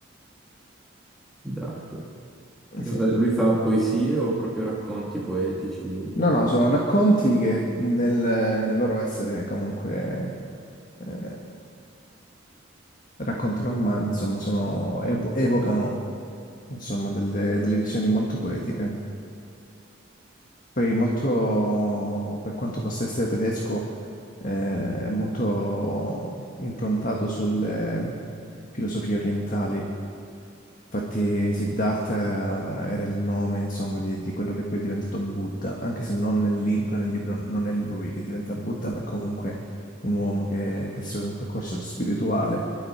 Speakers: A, in the centre; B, on the left (about 45°).
A: sì, d'arte. Che
B: Sì.
A: cos'è? Lui fa poesie o proprio racconti poetici?
B: No, no, sono racconti che nel, nel loro essere comunque eh, racconti normali, insomma, sono, evo- evocano insomma, delle, delle visioni molto poetiche. Poi molto, per quanto possa essere tedesco, eh, è molto improntato sulle filosofie orientali. Infatti Siddhartha era il nome, insomma, di, di quello che poi è diventato Buddha, anche se non nel libro, nel libro non è lui che diventa Buddha, ma è comunque un uomo che, che segue un percorso spirituale